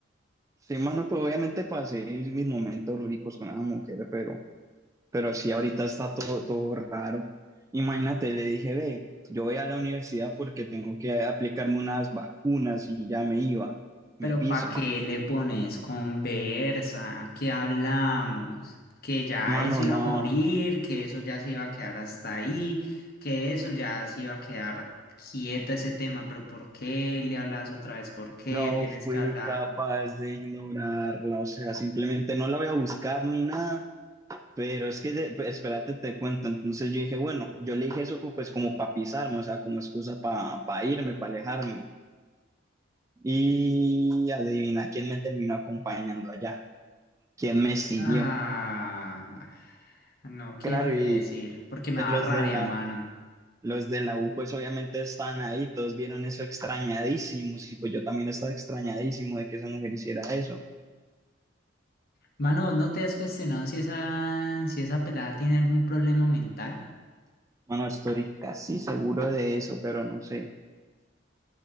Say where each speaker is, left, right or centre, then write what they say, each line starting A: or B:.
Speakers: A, on the right; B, on the left.
A: Sí, mano, pues obviamente pasé mis momentos ricos con esa mujer, pero Pero sí, ahorita está todo, todo raro. Imagínate, le dije, ve, yo voy a la universidad porque tengo que aplicarme unas vacunas y ya me iba, me
B: Pero
A: piso.
B: ¿para qué le pones conversa? ¿Qué hablamos? Que ya
A: Mano,
B: eso
A: no,
B: iba a morir, que eso ya se iba a quedar hasta ahí, que eso ya se iba a quedar quieto ese tema, pero ¿por qué le hablas otra vez? ¿Por qué
A: no
B: tenés
A: fui
B: que hablar?
A: capaz de ignorarla, o sea, simplemente no la voy a buscar ni nada. Pero es que, de- pues, espérate, te cuento. Entonces yo dije, bueno, yo le dije eso como, pues como para pisarme, o sea, como excusa para irme, para alejarme. Y adivina quién me terminó acompañando allá, quién me siguió.
B: Ah, no quiero
A: Claro,
B: ni
A: y
B: decir, porque me da
A: los
B: rabia,
A: de la,
B: mano.
A: los de la U, pues obviamente están ahí, todos vieron eso extrañadísimos, y pues yo también estaba extrañadísimo de que esa mujer hiciera eso.
B: Mano, ¿no te has cuestionado si esa, si esa pelada tiene algún problema mental?
A: Bueno, estoy casi seguro de eso, pero no sé.